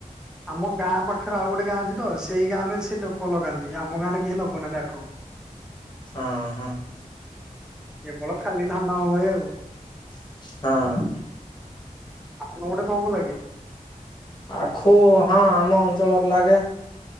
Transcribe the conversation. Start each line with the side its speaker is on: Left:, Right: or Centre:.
Centre: ଆମ ଗାଁ ପାଖରେ ଆଉ ଗୋଟେ ଗାଁ ଅଛି ତ ସେଇ ଗାଁରେ ସେ ଲୋକ ଲଗାନ୍ତି ଆମ ଗାଁରେ କେହି ଲଗଉନାହାନ୍ତି ଆଖୁ। <unintelligible>
Left: ହଁ ହଁ।
Centre: କେବଳ ଖାଲି ଧାନ ହୁଏ ଆଉ।
Left: ହଁ।
Centre: ଆପଣଙ୍କ ପଟେ କଣ କଣ ଲାଗେ?
Left: ଆଖୁ ହଁ ଆମ ଅଞ୍ଚଳର ଲାଗେ।